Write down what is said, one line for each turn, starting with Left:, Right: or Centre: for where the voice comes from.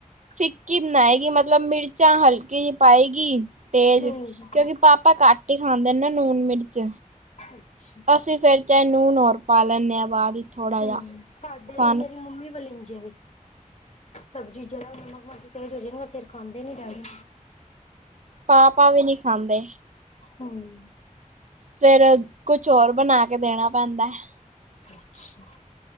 Right: ਫੀਕੀ ਬਨਾਏਗੀ ਮਤਲਬ ਮਤਲਬ ਮਿਰਚਾਂ ਹਲਕੀ ਜਿਹੀ ਪਾਏਗੀ ਤੇਜ
Left: ਹੂੰ
Right: ਕਿਉਂਕਿ ਪਾਪਾ ਕੱਟ ਹੀ ਖਾਂਦੇ ਨੇ ਲੂਣ -ਮਿਰਚ
Left: ਅੱਛਾ
Right: ਅਸੀਂ ਫੇਰ ਚਾਹੇ ਨੂਨ ਹੋਰ ਪਾ ਲੈਂਨਦੇ ਹਾਂ ਬਾਅਦ ਵਿੱਚ ਥੋੜਾ
Left: ਹਮ,
Right: ਜਿਹਾ
Left: ਸਾਡੇ
Right: ਸਾਨੂੰ
Left: ਮੇਰੀ ਮੰਮੀ ਵਲੱ ਈਜੇਵੇ। ਸਬਜ਼ੀ ਜਰਾ ਨਮਕ- ਮਰਚ ਤੇਜ ਹੋਜੇ ਫੇਰ ਖਾਂਦੇ ਨੀ ਡੈਡੀ
Right: ਪਾ- ਪਾ ਵੀ ਨਹੀਂ ਖਾਂਦੇ
Left: ਹਮ
Right: ਫੇਰ ਕੁਛ ਹੋਰ ਬਣਾ ਕੇ ਦੇਣਾ ਪੈਂਦਾ ਹੈ।
Left: ਅੱਛ,